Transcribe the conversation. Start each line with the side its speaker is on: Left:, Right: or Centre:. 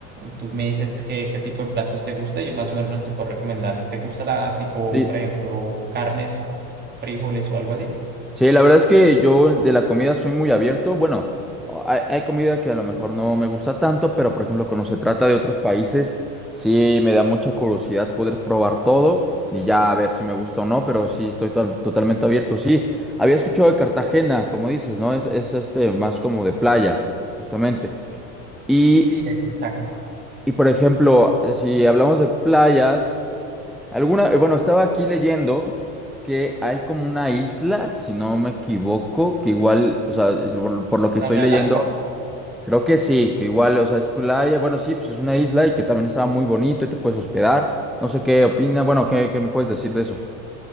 Right: Tú me dices qué, qué tipo de platos te gusta y yo más o menos te puedo recomendar. ¿Te gusta la tipo,
Centre: Sí.
Right: por ejemplo, carnes, frijoles o algo así?
Centre: Sí, la verdad es que yo de la comida soy muy abierto. Bueno, hay, hay comida que a lo mejor no me gusta tanto, pero por ejemplo, cuando se trata de otros países, sí me da mucha curiosidad poder probar todo y ya a ver si me gusta o no, pero sí estoy to- totalmente abierto. Sí, había escuchado de Cartagena, como dices, ¿no? Es, es este más como de playa, justamente. Y,
Right: Sí, exacto.
Centre: y por ejemplo, si hablamos de playas. Alguna, eh, bueno, estaba aquí leyendo que hay como una isla, si no me equivoco, que igual, o sea, por, por lo que
Right: Playa
Centre: estoy leyendo,
Right: Blanca.
Centre: creo que sí, que igual, o sea, es playa, bueno, sí, pues es una isla y que también estaba muy bonito y te puedes hospedar. No sé qué opina, bueno, ¿qué, qué me puedes decir de eso?